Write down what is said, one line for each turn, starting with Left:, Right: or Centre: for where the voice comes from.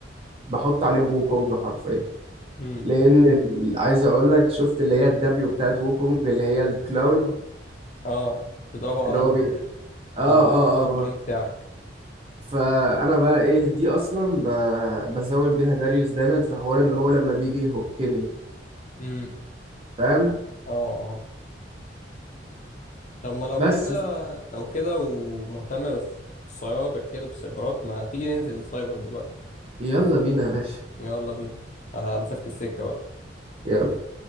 Right: بحط عليه ووكونج حرفيا
Left: امم
Right: لان ال- عايز اقول لك شفت اللي هي الدبليو بتاعت ووكونج اللي هي الكلاون
Left: اه تضربه
Right: اللي
Left: على
Right: هو
Left: ال
Right: بي اه اه
Left: على ال- البلان
Right: اه آه.
Left: بتاعك
Right: فانا بقى ايه دي اصلا ب... بزاول بيها داريوس دايما في حوار ان هو لما بيجي يهكني
Left: امم
Right: فاهم
Left: اه اه طب ما لو
Right: بس
Left: كده لو كده ومهتم بالسايبر كده بالسايبرات ما تيجي ننزل السايبر دلوقتي
Right: يلا بينا يا باشا
Left: يلا بينا اه مسافة السكة بقى
Right: يلا